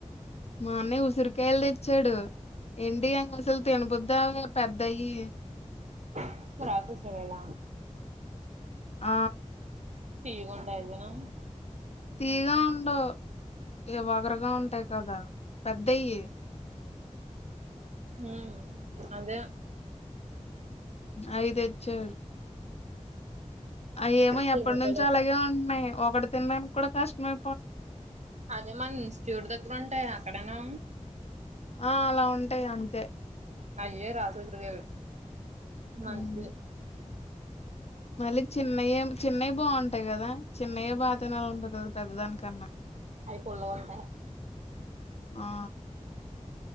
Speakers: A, on the left; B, on the right.
A: మా అన్నయ్య ఉసిరికాయలు తెచ్చాడు ఏంటి అ అసలు తినబద్దా పెద్దయి
B: <unintelligible> వెళ్ళ
A: ఆ
B: తీయకుంటే తిను
A: తీగా ఉండ ఏ వగరగా ఉంటాయి కదా పెద్దయి
B: ఉ అదే
A: అయ్యి తెచ్చాడు అ ఏమో
B: టీవీ
A: ఎప్పటి నుంచో
B: కలర్
A: అలాగే
B: పాప
A: ఉంటన్నాయి ఒకటి తినడానికి కూడా కష్టమే
B: అదే మన ఇన్స్టిట్యూట్ దగ్గర ఉంటాయి అక్కడేనా
A: ఆ అలా ఉంటాయి అంతే
B: అయ్యే రాసే <unintelligible> వేరు మంచిదే
A: ఉమ్ మళ్ళీ చిన్నయే చిన్నవి బాగుంటాయి కదా చిన్నయే బా తినాలనిపిస్తుంది పెద్దదానికన్నా
B: అయిపోల వంట
A: ఆ